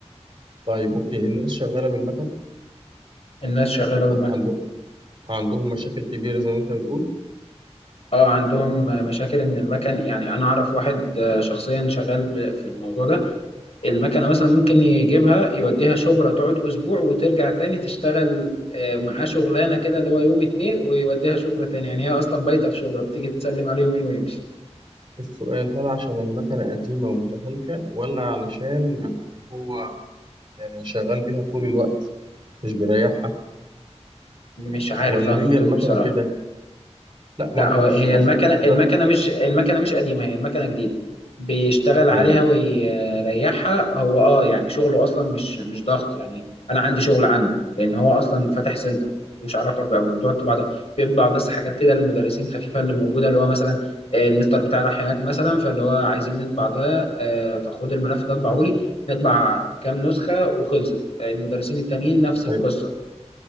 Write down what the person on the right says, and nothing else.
طيب اوكي الناس شغاله بالمكنه
عنده عندهم مشاكل كبيرة زي ما أنت بتقول
السؤال هل عشان المكنة قديمة ومتهالكة ولا علشان هو يعني شغال بيها طول الوقت مش بيريحها
ولا
هي المكنة
كده لا
ما أنت
بص
بص
ده
طيب
طيب